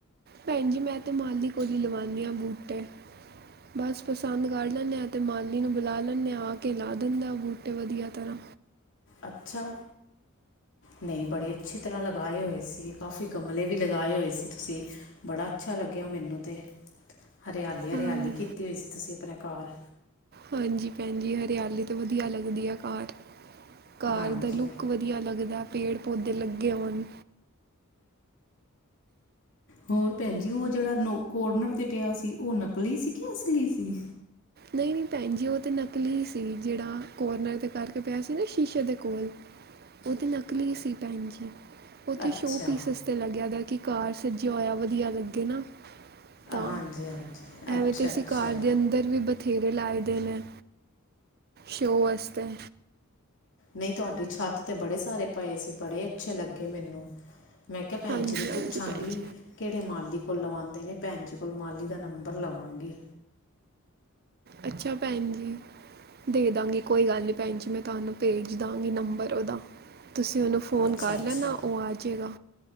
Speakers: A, on the right (about 45°); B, on the left (about 60°).
A: ਭੈਣ ਜੀ ਮੈਂ ਤੇ ਮਾਲੀ ਕੋਲੀ ਲਵਾਣੀ ਆਂ ਬੂਟੇ। ਬਸ ਪਸੰਦ ਕਰ ਲੈਂਣੇ ਆਂ ਅਤੇ ਮਾਲੀ ਨੂੰ ਬੁਲਾ ਲੈਂਣੇ ਆਂ ਆ ਕੇ ਲਾ ਦਿੰਦੇ ਬੂਟੇ ਵਦੀਆ ਤਰਾਂ।
B: ਅੱਛਾ। ਨਈ ਬੜੇ ਅੱਛੀ ਤਰ੍ਹਾਂ ਲਗਾਏ ਹੋਏ ਸੀ ਕਾਫ਼ੀ ਗਮਲੇ ਵੀ ਲਗਾਏ ਹੋਏ ਸੀ ਤੁਸੀਂ। ਬੜਾ ਅੱਛਾ ਲੱਗੇਆ ਮੈਨੂੰ ਤੇ। ਹਰਿਆਲੀ-ਹਰਿਆਲੀ
A: ਹਾਂ
B: ਕੀਤੀ ਹੋਈ ਸੀ ਤੁਸੀਂ ਆਪਣੇ ਘਾਰ
A: ਹਾਂਜੀ ਭੈਣ ਜੀ ਹਰਿਆਲੀ ਤੇ ਵਦੀਆ ਲੱਗਦੀ ਆ ਘਾਰ, ਘਾਰ
B: ਹਾਂਜੀ
A: ਦਾ ਲੁੱਕ ਵਧ ਈਆ ਲਗਦਾ ਪੇੜ ਪੌਦੇੇ ਲੱਗੇ ਹੋਣ
B: ਹੋਰ ਭੈਣਜੀ ਓਹ ਜੇਹੜਾ ਨੋ ਕੋਰਨਰ ਤੇ ਪਿਆ ਸੀ ਓਹ ਨਕਲੀ ਸੀ ਕੇ ਅਸਲੀ ਸੀ
A: ਨਈ-ਨਈ ਭੈਣ ਜੀ ਓਹ ਤੇ ਨਕਲੀ ਸੀ ਜੇਹੜਾ ਕੋਰਨਰ ਤੇ ਕਰਕੇ ਪੇਆ ਸੀ ਨਾ ਸ਼ੀਸ਼ੇ ਦੇ ਕੋਲ। ਓ ਤੇ ਨਕਲੀ ਸੀ ਭੈਣ ਜੀ, ਓਹ ਤੇ
B: ਅੱਛਾ
A: ਸ਼ੋਅ ਪੀਸ ਆ ਤੇ ਲੱਗੇਆ ਦੈ ਕਿ ਘਾਰ ਸੱਜੇਆ ਹੋਇਆ ਵਧੀਆ ਲੱਗੇ ਨਾ। ਤਾਂ,
B: ਹਾਂਜੀ ਹਾਂਜੀ
A: ਐਵੇਂ
B: ਅੱਛਾ
A: ਤੇ ਅਸੀ
B: ਅੱਛਾ
A: ਘਾਰ ਦੇ ਅੰਦ ਫਿਰ ਵੀ ਬਥੇਰੇ ਲਾਏ ਦੇ ਨੇ, ਸ਼ੋਅ ਵਾਸਤੇ
B: ਨਈ ਤੁਹਾਡੀ ਛੱਤ ਤੇ ਬੜੇ ਸਾਰੇ ਪਏ ਸੀ ਬੜੇ ਅੱਛੇ ਲੱਗੇ ਮੈਨੂੰ ਮੈਂ ਕੇਆ ਭੈਨ
A: ਹਾਂਜੀ
B: ਜੀ ਨੂੰ
A: ਹਾਂਜੀ
B: ਪੁੱਛਾਂਗੀ
A: ਭੈਣ ਜੀ
B: ਕੇੜੇ ਮਾਲੀ ਕੋਲ ਲਵਾਂਦੇ ਨੇ, ਭੈਣ ਜੀ ਕੋਲ ਮਾਲੀ ਦਾ ਨੰਬਰ ਲਵਾਂਗੀ
A: ਅੱਛਾ ਭੈਣ ਜੀ। ਦੇ ਦਾਂਗੀ ਕੋਈ ਗੱਲ ਨੀ ਭੈਣ ਜੀ ਮੈਂ ਤੁਹਾਨੂੰ ਭੇਜ ਦਾਂਗੀ ਨੰਬਰ ਓਦਾ, ਤੁਸੀਂ ਓਹਨੂੰ ਫ਼ੋਨ
B: ਅੱਛਾ
A: ਕਰ
B: ਅੱਛਾ
A: ਲੈਣਾ ਓ ਆ ਜਾਵੇਗਾ